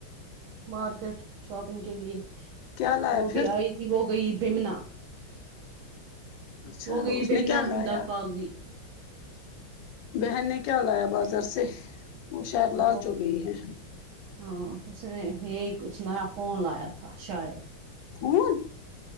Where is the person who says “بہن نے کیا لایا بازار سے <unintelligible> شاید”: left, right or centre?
Left